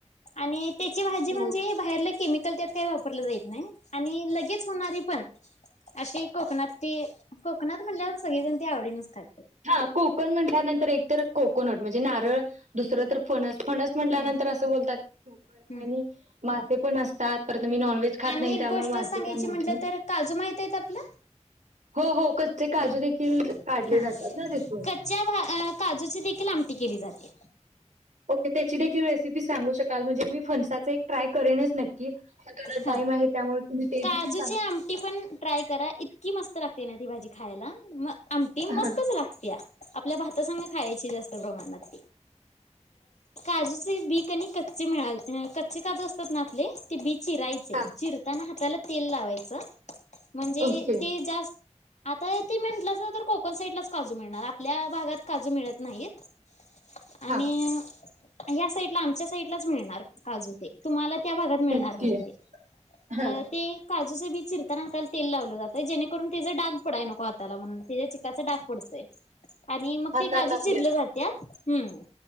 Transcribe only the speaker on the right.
हो.
हा कोकण म्हटल्यानंतर एक तर कोकोनट म्हणजे नारळ दुसरं
तर फणस फणस म्हटल्यानंतर
असं बोलतात
आणि मासे पण असतात परत मी नॉनव्हेज खात
नाही
त्यामुळे
मासे
काय माहित
नाही
हो हो कच्चे काजू
देखील काढले
जातात ना तिथून
ओके त्याची देखील रेसिपी सांगू शकाल म्हणजे मी फनसाचा एक ट्राय करेनच नक्की. पण थोडा
टाइम आहे त्यामुळे तुम्ही ते
देखील सांगू
हा
हा
ओके
हा
ओके
हा
हातात
आपल्या